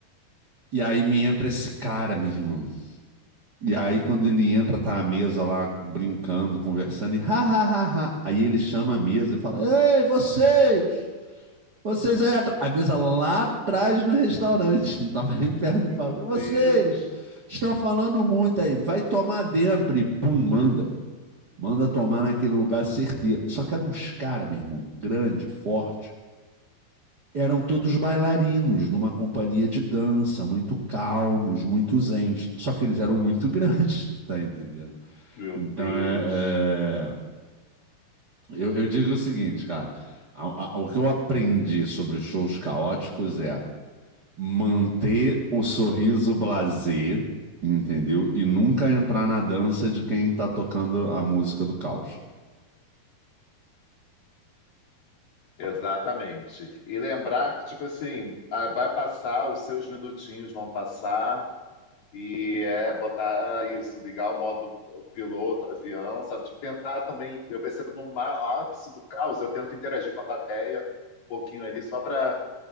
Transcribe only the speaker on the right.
E aí me entra esse cara, meu irmão. E aí quando ele entra, tá a mesa lá brincando, conversando, e ha, ha, ha, ha. Aí ele chama a mesa e fala, ei, vocês! Vocês aí atrás. A mesa lá atrás no restaurante, <laughs> não tava nem perto
do palco.
"É Vocês estão falando muito aí, vai tomar dentro. E bum, manda. Manda tomar naquele lugar certeiro. Só que eram uns caras, meu irmão, grande, forte. Eram todos bailarinos de uma companhia de dança, muito calmos, muito zens. Só que eles eram muito <laughs> grandes, tu tá entendendo?
Então,
é, é, Eu, eu digo o seguinte, cara. A- a- o que eu aprendi sobre shows caóticos é manter o sorriso blasé, entendeu? E nunca entrar na dança de quem tá tocando a música do caos.